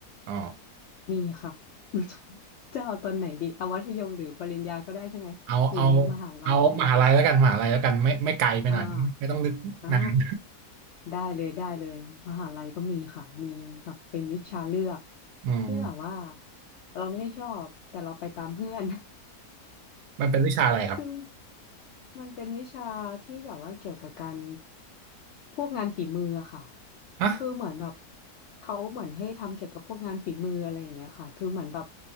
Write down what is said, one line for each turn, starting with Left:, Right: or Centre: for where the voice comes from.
Right: อ๋อ
Left: มีค่ะ <laughs> จะเอาตอนไหนดีเอามัธยมหรือปริญญาก็ได้ใช่ไหมหรือยังไงมหาลัยอะไรเงี้ย
Right: เอาเอาเอามหาลัยแล้วกันมหาลัยแล้วกันไม่ไม่ไกลไปหน่อยไม่ไม่ต้องนึกนาน
Left: อ่าอ่าได้เลยได้เลยมหาลัยก็มีค่ะ มีแบบเป็นวิชาเลือก
Right: <laughs> อืม
Left: ที่แบบว่าเราไม่ได้ชอบแต่เราไปตามเพื่อน
Right: มันเป็นวิชาอะไรครับ
Left: คือมันเป็นวิชาที่แบบว่าเกี่ยวกับการพวกงานฝีมืออะค่ะ
Right: ฮะ
Left: คือเหมือนแบบเขาเหมือนให้ทำเกี่ยวกับพวกงานฝีมืออะไรอย่างเงี้ยค่ะคือเหมือนแบบ